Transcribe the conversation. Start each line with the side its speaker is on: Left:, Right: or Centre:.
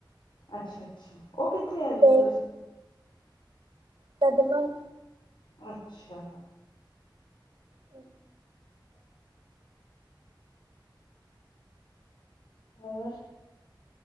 Left: ਅੱਛਾ-ਅੱਛਾ, ਉਹ ਕਿੱਥੇ ਆ <unintelligible>
Right: ਤੇ
Left: ਸਕੂਲ?
Right: ਤਦਮਾ
Left: ਅੱਛਾ।
Right: ਹੂੰ
Left: ਹੋਰ?